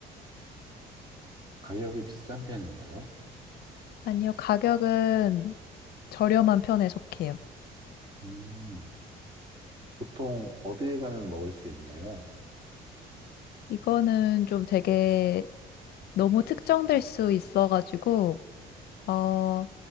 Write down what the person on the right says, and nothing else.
가격이 비싼 편인가요?
음, 보통 어디에 가면 먹을 수 있나요?